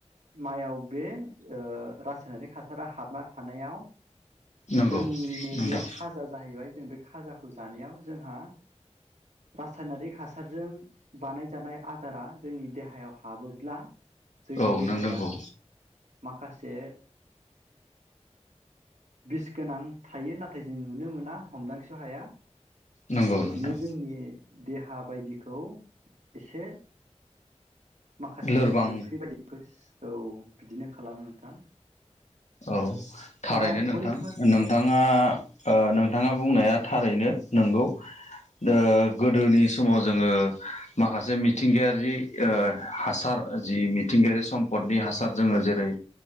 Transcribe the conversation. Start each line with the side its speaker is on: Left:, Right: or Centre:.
Right: माइयाव बे ओ रासायनारि हासारा हाबना थानायाव
Left: नंगौ
Right: जोंनिनो
Left: नोंथां
Right: बे खाजा जाहैबाय जों बे खाजाखौ जानायाव जोंहा रासायनारि हानायजों बानाय जानाय आदारा जोंनि देहायाव हाबोब्ला जोंनि
Left: औ
Right: देहाया
Left: नों नंगौ
Right: माखासे बिस गोनां थायो नाथाय जों नुनो मोना हमदांस हाया
Left: नंगौ नोंथां
Right: बियो जोंनि देहा बायदिखौ एसे माखासे
Left: लोरबां
Right: जिबख्रि बायदिफोर औ बिदिनो खालामो नोंथां
Left: औ थारैनो
Right: दा
Left: नोंथां
Right: बैफोर
Left: नोंथाङा ओ नोंथाङा बुंनाया थारैनो नोंगौ ओ
Right: औ
Left: गोदोनि समाव जोङो माखासे मिथिंगायारि ओ हासार जि मिथिंगायारि सम्पदनि हासार जोङो जेरै